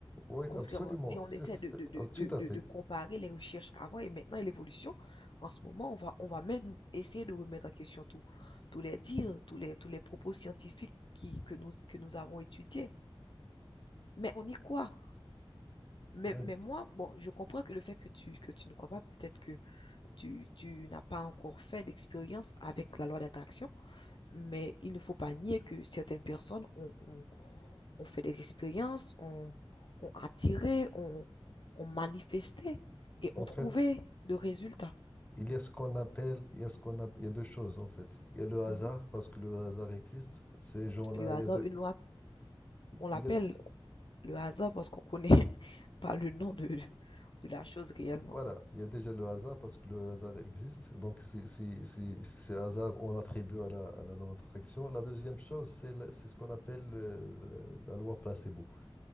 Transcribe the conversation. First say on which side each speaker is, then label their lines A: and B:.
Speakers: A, on the left (about 15°); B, on the left (about 55°).
A: Oui,
B: Contrairement,
A: absolument,
B: puis on
A: c'est,
B: essaie
A: c'est-
B: de, de, de,
A: ah, tout
B: de,
A: à
B: de-
A: fait.
B: de comparer les recherches avant et maintenant et l'évolution. En ce moment, on va, on va même essayer de remettre en question tout, tous les dires, tous les, tous les propos scientifiques qui, que nous, que nous avons étudiés. Mais on y croit. Mais,
A: Ouais.
B: mais moi, bon, je comprends que le fait que tu, que tu ne crois pas, peut-être que tu, tu n'as pas encore fait d'expérience avec la loi d'attraction, mais il ne faut pas nier que certaines personnes ont, ont- ont fait des expériences, ont, ont attiré, ont, ont manifesté et
A: En
B: ont
A: fait,
B: trouvé de résultats.
A: il y a ce qu'on appelle, il y a ce qu'on a, il y a deux choses en fait. Il y a le hasard
B: Mhm.
A: parce que le hasard existe. Ces gens-là,
B: Le hasard,
A: il y a deux,
B: une loi,
A: il
B: on l'appelle
A: y a-
B: le hasard parce qu'on connaît <laughs> pas le nom de, de la chose réellement.
A: Voilà, il y a déjà le hasard parce que le hasard existe. Donc, si, si, si, si c'est hasard, on attribue à la, à la loi d'attraction. La deuxième chose, c'est la- c'est ce qu'on appelle euh, la loi placebo,